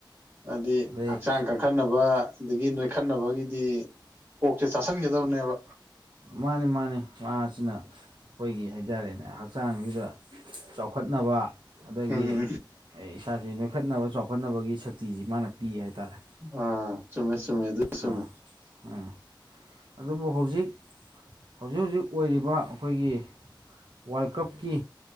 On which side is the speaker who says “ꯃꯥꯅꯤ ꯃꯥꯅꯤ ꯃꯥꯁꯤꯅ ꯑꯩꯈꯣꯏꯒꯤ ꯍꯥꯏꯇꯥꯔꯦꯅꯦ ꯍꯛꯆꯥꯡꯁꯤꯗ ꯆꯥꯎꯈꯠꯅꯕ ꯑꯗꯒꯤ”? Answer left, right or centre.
Right